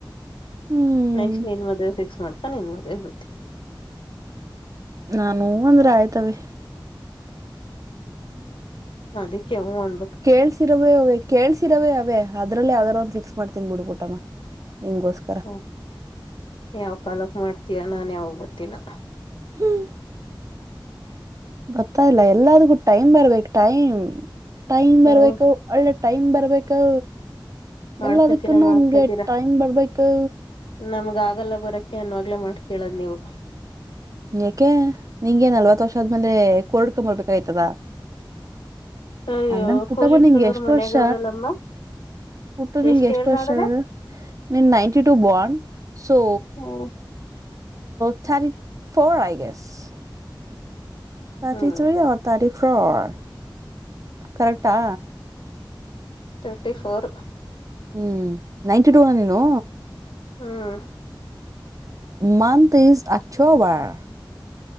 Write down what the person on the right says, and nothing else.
ಹ್ಮ್
ನಾನ್ ಹೂ ಅಂದ್ರೆ ಆಯ್ತವೆ.
ಕೇಳ್ಸಿರೋ ಅವ ಕೇಳಿಸಿರವೇ ಅವೇ ಅದ್ರಲ್ಲಿ ಯಾವದಾರ ಒಂದು ಫಿಕ್ಸ್ ಮಾಡ್ತೀನಿ ಬಿಡು ಪುಟ್ಟಮ್ಮ ನಿಂಗಗೋಸ್ಕರ.
ಹ್ಮ್. <inaudible> ಗೊತ್ತಾ <unintelligible> ಇಲ್ಲ ಎಲ್ಲಾದಕು ಟೈಮ್ ಬರ್ಬೇಕು ಟೈಮ್, ಟೈಮ್
ಬರ್ಬೇಕು ಒಳ್ಳೆ ಟೈಮ್ ಬರ್ಬೇಕು
ಎಲ್ಲಾದಕ್ಕುನಮ್ಗೆ
ಟೈಮ್ ಬರ್ಬೇಕು.
ಯಾಕೆ ನಿಂಗೆ ನಲ್ವತ್ ವರ್ಷ ಆದ್ಮೇಲೆ ಕೋರ್ಡ್ಕಕಂಬರ್ಬೇಕಾಯ್ತದ.
ಅಂದಂಗ ಪುಟ್ಟವ
ನಿಂಗೆ ಎಷ್ಟು
ವರ್ಷ
ಪುಟ್ಟು ನಿಂಋ
ಎಷ್ಟು ವರ್ಷ
ಹೇಳ್ ನೀನ್ ನೈನ್ಟು ಬಾಂಡ್ so
ರ್್ಟಿ four I gas <unintelligible> thirty
ತ್ರಿಅರ್, thirty four ಕರೆಕ್ಟಾ
ಹ್ಮ್, ನೈಂಟಿಟೂನ ನೀನು
month is October